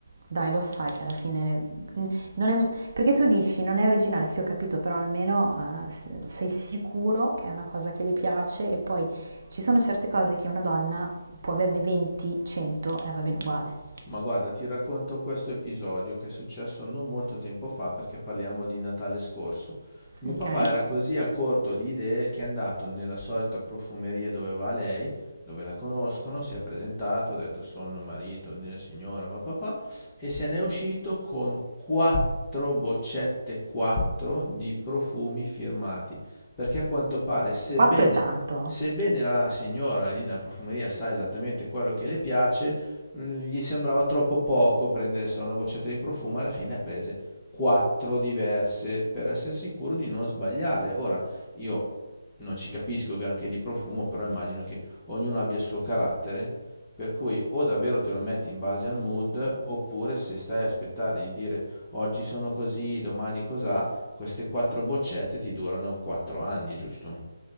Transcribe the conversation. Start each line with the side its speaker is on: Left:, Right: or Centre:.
Right: Dai, lo sai che alla fine... mm, non è- perché tu dici non è originale, sì ho capito, però almeno eh, s- sei sicuro che è una cosa che le piace e poi ci sono certe cose che una donna può averne 20, 100 e eh, va bene uguale.
Left: Ma guarda, ti racconto questo episodio che è successo non molto tempo fa perché parliamo di Natale scorso. Mio
Right: Ok?
Left: papà era così a corto di idee che è andato nella solita profumeria dove va lei, dove la conoscono, si è presentato, ha detto sono marito della signora papà papà e se n'è uscito con quattro boccette, quattro di profumi firmati, perché a quanto pare, sebbene,
Right: 4 è tanto.
Left: sebbene la signora lì nella profumeria sa esattamente quello che le piace, gli sembrava troppo poco prendere solo una boccetta di profumo, alla fine ha prese quattro diverse per essere sicuro di non sbagliare. Ora, io non ci capisco granché di profumo, però immagino che ognuno abbia il suo carattere, per cui o davvero te lo metti in base al mood, oppure se stai a aspettare di dire oggi sono così, domani cos'ha, queste quattro boccette ti durano quattro anni, giusto?